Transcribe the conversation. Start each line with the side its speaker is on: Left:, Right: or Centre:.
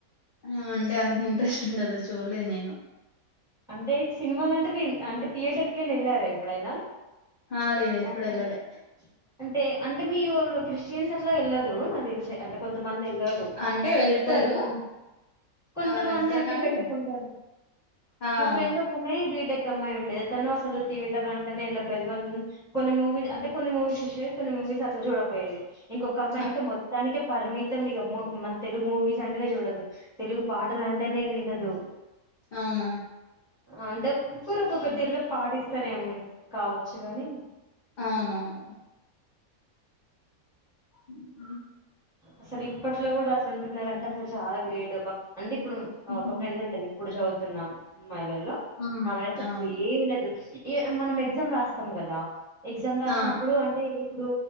Left: ఆ అంటే అంత ఇంట్రెస్ట్ ఉండదు చూడ్లేదు నేను.
Centre: అంటే సినిమాలంటనే, అంటే థియేటర్ కైనా ఎళ్లారా ఎప్పుడైనా.
Left: హా లేదు ఎప్పుడు
Centre: దాన్ని-
Left: ఎళ్ళలే.
Centre: అంటే అంటే మీ ఓళ్ళు క్రిస్టియన్స్ అట్లా ఎళ్లరూ. నాక్ తెలుసే అంటే కొంతమంది పిలవరూ
Left: అంటే వెళ్తారు
Centre: కొంతమంద్ కొంతమంది
Left: ఆ వెళ్తారు
Centre: అంటే
Left: కానీ
Centre: పెట్టుకుంటారు.
Left: ఆ
Centre: ప్చ్ మా
Left: అవును
Centre: ఫ్రెండ్ ఒక్కమే బీటెక్ అమ్మాయి ఉండేది, తను అసలు థియేటర్ అంటేనే వెళ్ళిక్పోయేది. కొన్ కొన్ని మూవీ అంటే కొన్ని మూవీస్ చూశేది కొన్ని మూవీస్ అట్లా చూడకపోయేది. ఇంకొక్క అమ్మాయి
Left: అ
Centre: అయితే మొత్తానికే పరిమితం ఇగ మూ మన తెలుగు మూవీస్ అంటేనే చూడదు. తెలుగు పాటలంటేనే వినదూ.
Left: అవునా
Centre: అంటే ఒక్కొక్కరు
Left: హ్మ్.
Centre: తీరుగా పాటిస్తారు ఏమో కావచ్చు గాని
Left: అవునవును ఉ హు
Centre: అసలు ఇప్పట్లో కూడా అట్లు ఉంటున్నారంటే అసలు చాలా గ్రేట్ ఒక అంటే ఇప్పుడు
Left: హుహు.
Centre: ఒక ఫ్రెండ్ ఉంటది ఇప్పుడు చదువుతున్నాం అమ్మాయిలలో
Left: హ్మ్
Centre: ఆమె అసలు
Left: అవును
Centre: ఏమీ లేదు మనం ఎగ్జామ్ రాస్తాం కదా ఎగ్జామ్ రాసినప్పుడు
Left: ఆ
Centre: అంటే ఇప్పుడు